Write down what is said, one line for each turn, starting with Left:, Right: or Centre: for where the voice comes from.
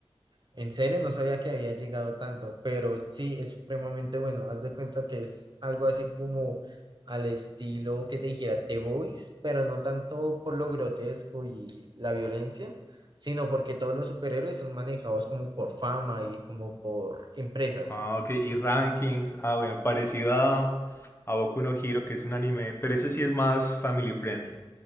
Right: En serio, no sabía que había llegado tanto, pero sí, es supremamente bueno. Haz de cuenta que es algo así como al estilo que te dijera The Boys, pero no tanto por lo grotesco y la violencia, sino porque todos los superhéroes son manejados como por fama y como por empresas.
Left: Ah, ok, y rankings. Ah, bueno, parecido a, a Boku no Hero, que es un anime, pero ese sí es más family friendly,